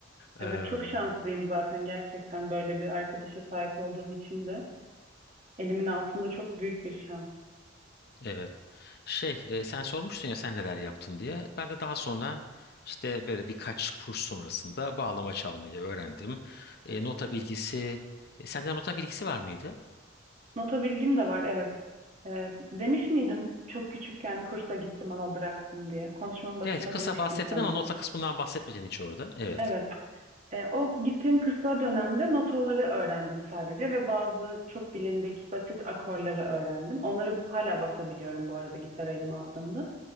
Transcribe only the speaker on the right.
Evet
çok şanslıyım zaten gerçekten böyle bir arkadaşa sahip olduğum için de elimin altında çok büyük bir şans.
Nota bilgim de var, evet. Ee, demiş miydim çok küçükken kursa gittim ama bıraktım diye. Konuşmanın başında
demiştim
sanırım.
Evet. e, o gittiğim kısa dönemde notaları öğrendim sadece ve bazı çok bilindik basit akorları öğrendim. Onları hala basabiliyorum bu arada gitar elime aldığımda.